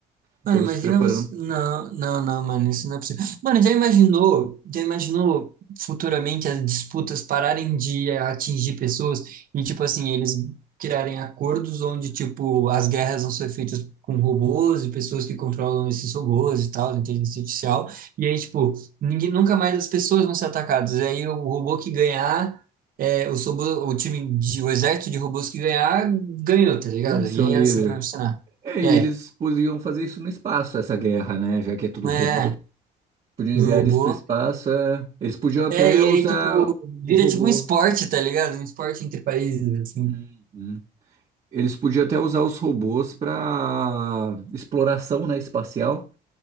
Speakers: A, on the right; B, on the right.
A: Estamos
B: Mano, imagina
A: se preparando.
B: você. Não, não, não, mano, isso não é possível. Mano, já imaginou, já imaginou futuramente as disputas pararem de atingir pessoas e, tipo assim, eles criarem acordos onde, tipo, as guerras vão ser feitas com robôs e pessoas que controlam esses robôs e tal, inteligência artificial. E aí, tipo, ninguém, nunca mais as pessoas vão ser atacadas. E aí o robô que ganhar. É, os robô, o time de, o exército de robôs que ganhar ganhou, tá ligado?
A: Vai ser
B: E
A: o
B: aí
A: líder.
B: é assim que vai funcionar.
A: É, e
B: É,
A: eles podiam fazer isso no espaço, essa guerra, né? Já que é tudo
B: é.
A: robô.
B: é.
A: Podiam
B: do
A: enviar eles
B: bolo.
A: para o espaço. é. Eles podiam até
B: É, e
A: usar
B: aí, tipo, vira
A: o robô
B: tipo um esporte, tá ligado? Um esporte entre países, assim.
A: Uhum. Eles podiam até usar os robôs para exploração, né, espacial.